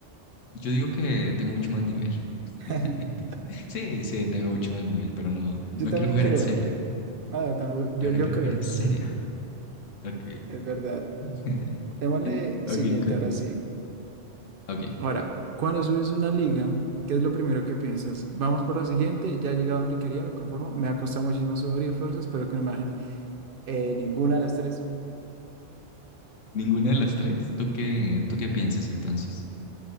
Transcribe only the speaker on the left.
yo digo que tengo mucho más nivel. <laughs>
Mentira. Sí, sí, tengo mucho más nivel, pero no,
no
quiero jugar
en serio.
Pero
no quiero
jugar en
serio.
Ok.
<laughs>
Ok, con-
ok.
¿Ninguna de las tres? ¿Tú qué, tú qué piensas entonces?